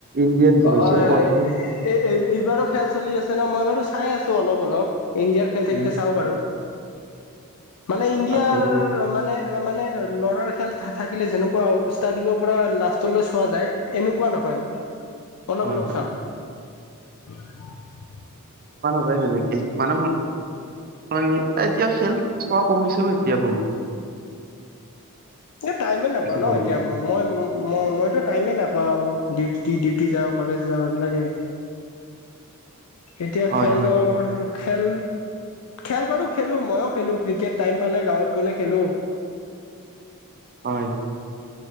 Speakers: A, on the right (about 40°); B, on the left (about 80°).
A: ইণ্ডিয়াত যি
B: অ
A: হৈছিল
B: হয় হয়
A: ৱৰ্ল্ড কাপ
B: এই এই এইবাৰো খেল চলি আছে ন মই বাৰু চাই আছো অলপ অলপ, ইণ্ডিয়াৰ খেল থাকিলে
A: মই
B: চাওঁ বাৰু মানে ইণ্ডিয়াৰ
A: তাতে হয়,
B: মানে-মানে ল'ৰাৰ খেল থা-থাকিলে যেনেকুৱা ষ্টাৰ্টিঙৰ পৰা লাষ্টলৈ চোৱা যায় এনেকুৱা নহয় মানে। অলপ
A: হয়।
B: অলপ
A: হয়।
B: চাওঁ। <unintelligible>
A: <unintelligible> মানে ম <unintelligible> এতিয়া খেল চোৱা কমিছেও, এতিয়া বহত।
B: এ টাইমে নাপাওঁ ন
A: বহুত
B: এতিয়া, ম-মই-মইতো টাইমে নাপ অ', ডিউ-ডিউটি যাওঁ কলেজ যাওঁ এইবিলাকে। এতিয়া
A: হয়,
B: খেলৰ
A: হয়,
B: খেল খেল বাৰু খেলো মইওঁ খেলো ক্ৰিকেট, টাইম পালে গাঁৱত গলে খেলো।
A: <unintelligible>